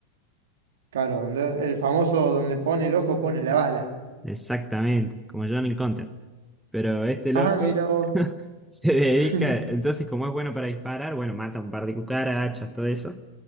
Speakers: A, on the right (about 60°); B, in the centre.
A: Claro, donde, el famoso donde pone el ojo, pone la bala.
B: Exactamente, como John Counter. Pero este loco
A: Ah, mira vos.
B: <laughs> se dedica,
A: <laughs>
B: entonces, como es bueno para disparar, bueno, mata un par de cucarachas, todo eso.